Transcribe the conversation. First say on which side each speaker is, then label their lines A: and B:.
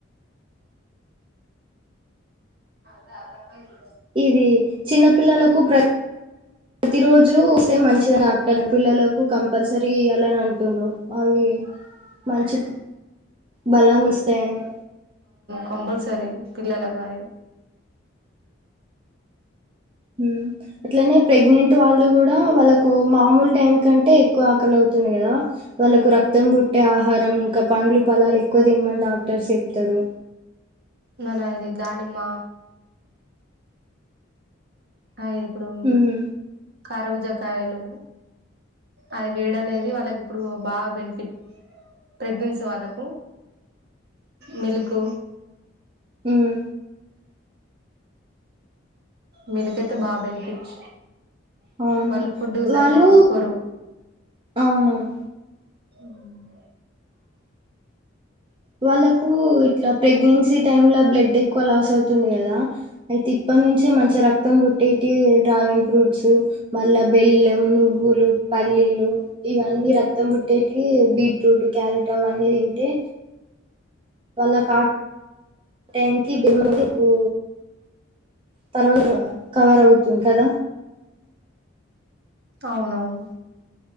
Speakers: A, on the right; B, on the right.
A: ద ప
B: ఇది చిన్నపిల్లలకు ప్ర తి రోజు ఇస్తే మంచిది డాక్టర్ పిల్లలకు కంపల్సరీ ఇయ్యాలని అంటుంర్రు అవి మంచి బలాన్ని ఇస్తాయేమో
A: కంపల్సీ పిల్లలకు అది
B: మ్ అట్లనే ప్రెగ్నెంట్ వాళ్ళు కూడా వాళ్ళకు మామూలు టైం కంటే ఎక్కువ ఆకలవ్ తుంది కదా వాళ్ళలకు రక్తం పుట్టే ఆహారం ఇంకా పండ్లు పలాలు ఎక్కువ తినమని డాక్టర్స్ చెప్తారు
A: మన ఇది దానిమ్మ అ ఇప్పుడు
B: ఉమ్
A: కారుబుజకాయలు అది వేడి అనేది వాళ్ళకి ఇప్పుడు బాగా బెనిఫిట్ ప్రెగ్నెన్సీ వాళ్ళకు మిల్క్
B: మ్
A: మిల్క్ కైతే బాబెనిఫిట్
B: అవును
A: వాళ్ళు ఫుడ్ సరిగ్గా
B: వాళ్ళు
A: తీసుకోరు
B: అవునవును
A: మ్
B: వాళ్ళకు ఇట్లా ప్రెగ్నెన్సీ టైమ్ ల బ్లడ్ ఎక్కువ లాస్ అవుతుంది కదా అయితే ఇప్పటి నుంచే మంచిగ రక్తం పుట్టి టీయు డ్రాగన్ ఫ్రూట్స్ మళ్ళా బెల్లం నువ్ వ్వులు, పల్లీలు ఇవన్ని రక్తం బుట్ టెటీవి బీట్రూటు, క్యారెట్ అవన్నీ తింటే, వాళ్లకా ట్యాంకి బికు తర్వాత కవర్ అవుతుంది కదా?
A: అవునవును.